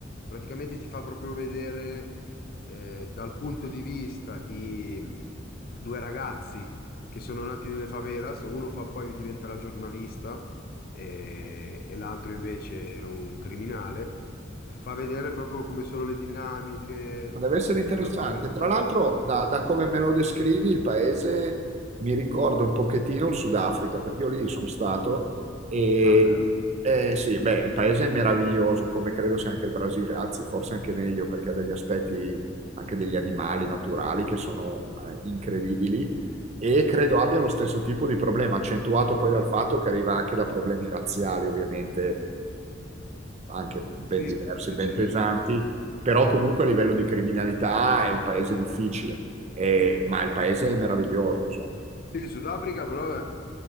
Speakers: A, on the left; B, on the right.
A: praticamente ti fa proprio vedere eh, dal punto di vista di due ragazzi che sono nati nelle favelas, uno fa poi diventa la giornalista e, e l'altro invece è un criminale, fa vedere proprio come sono le dinamiche,
B: Deve essere
A: eh,
B: interessante.
A: la povertà.
B: Tra l'altro, da, da come me lo descrivi, il paese mi ricorda un pochettino il Sudafrica, perché io lì sono stato e
A: Ah, bello.
B: eh, sì, beh, il paese è meraviglioso, come credo sia anche il Brasile, anzi, forse anche meglio perché ha degli aspetti anche degli animali naturali che sono eh, incredibili e credo abbia lo stesso tipo di problema, accentuato poi dal fatto che arriva anche da problemi razziali, ovviamente anche ben
A: Sì,
B: diversi,
A: sì,
B: ben
A: sì,
B: pesanti,
A: sì.
B: però comunque a livello di criminalità è un paese difficile, eh, ma il paese è meraviglioso, insomma.
A: Sì, Sudafrica però eh,